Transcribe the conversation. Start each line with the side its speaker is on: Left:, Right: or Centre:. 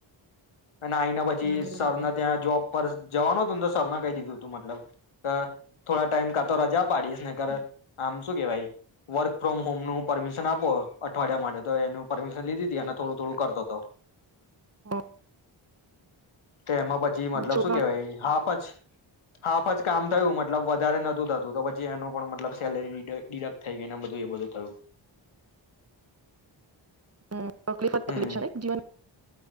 Left: અને આઈને પછી
Right: ના બરાબર
Left: સરને ત્યાં જોબ પર જવાનું તું તો સરના કઈ દીધું હતું મતલબ કે થોડા ટાઈમ કાતો રાજા આપ પાડીસ ને કર
Right: હમ
Left: આમ શું કેવાય, વર્ક ફ્રોમ હોમ નું પરમિશન આપો અઠવાડિયા માટે, તો એનું પરમિશન લીધીતી અને થોડું થોડું કરતો હતો
Right: હમ્મ.
Left: તો એમાં પછી મતલબ
Right: છોકરાઓને
Left: શું કેવાય, હાફજ હાફજ કામ થયું મતલબ વધારે નતું થતું, તો પછી એનું પણ મતલબ સેલરી ડીડક્ટ થઈ ગઈ, એ બધું એ બધું થયું
Right: હમ્મ, તકલીફ
Left: હમ
Right: તકલીફ છેને જીવન